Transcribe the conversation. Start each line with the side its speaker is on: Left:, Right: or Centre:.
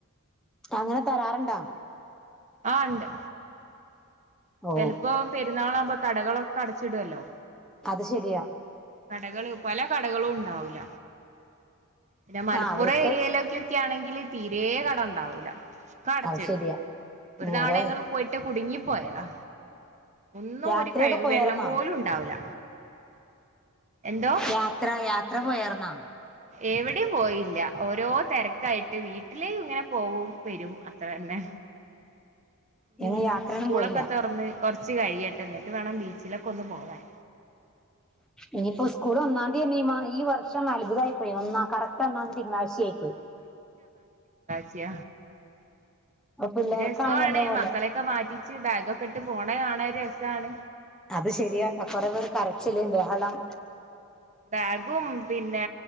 Centre: അങ്ങനെ തരാറുണ്ടാ?
Right: ആ ണ്ട്.
Centre: ഓ
Right: ചെലപ്പോ പെരു ന്നാളാവുമ്പൊ കടകളൊക്കെ അടച്ചിടൊല്ലോ.
Centre: അത് ശെരിയാ
Right: കടകള് പല കടകളും ഉണ്ടാവൂല. പിന്നെ മലപ്പുറം
Centre: ആ അവർക്ക്
Right: ഏരിയയിലൊക്കെക്കാണെങ്കി ല് തീരെ കടണ്ടാവൂല. ഒക്കെ അടച്ചിടും.
Centre: അത് ശരിയാ
Right: ഒരു
Centre: നേരാ
Right: തവണ
Centre: അത്
Right: ഞങ്ങൾ പോയിട്ട് കുടുങ്ങി പോയതാ ഒന്നും
Centre: യാത്രയൊക്കെ
Right: ഒരു കൈ
Centre: പോയാർന്നോ
Right: വെള്ളം പോലും ഉണ്ടാവൂല. എന്തോ
Centre: യാത്ര യാത്ര പോയർന്നാ
Right: എവിടിം പോയില്ല ഓരോ തിരക്കായിട്ട് വീട്ടിലേ ഇങ്ങനെ പോ വും വരും അത്ര തന്നെ
Centre: ഞങ്ങൾ
Right: മ്
Centre: യാത്രയൊന്നും
Right: സ്കൂളൊക്കെ
Centre: പോയില്ല
Right: തൊറന്ന് കുറച്ച് കഴയിയട്ടെ എന്നിട്ട് വേണം ബീച്ചിലൊക്കെ ഒന്ന് പോവാൻ
Centre: ഇനിയിപ്പോ സ്കൂൾ ഒന്നാം ന്തി തന്നെ‌ ഈ വർഷം അ ത്ഭുതമായി പോയി ഒന്നാ കറക്റ്റ് ഒന്നാംന്തി തിങ്കളാഴ്ച ആയി പോയി
Right: സ്യ
Centre: അപ്പൊ പിള്ളേർക്കാണെലും
Right: രസമാണ്
Centre: എന്തോ പോലെ
Right: മക്കളെയൊക്കെ മാറ്റിച്ച് ബാഗൊക്കെ ഇട് ഇട്ട് പോണ കാണാൻ രസാണ്
Centre: അത് ശരിയാട്ട കൊറെ പേര് കരച്ചില് ബഹളം
Right: ബാഗും പിന്നെ